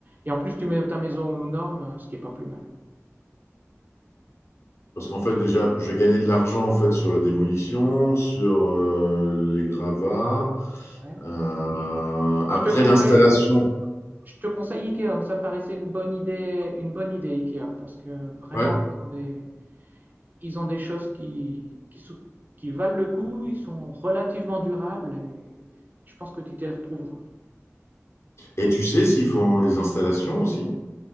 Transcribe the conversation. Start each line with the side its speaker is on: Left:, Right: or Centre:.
Right: Et en plus tu mets ta maison aux normes, ce qui est pas plus mal.
Left: Parce qu'en fait, déjà, j'ai gagné de l'argent en fait sur la démolition, sur euh, les gravats.
Right: Ouais.
Left: Euh,
Right: Moi
Left: après
Right: je te conseille,
Left: l'installation,
Right: je te conseille Ikea, ça me paraissait une bonne idée, une bonne idée Ikea, parce que vraiment
Left: Ouais.
Right: ils ont des Ils ont des choses qui, qui, qui valent le coup, ils sont relativement durables et je pense que tu t'y retrouveras.
Left: Et tu sais s'ils font les installations aussi?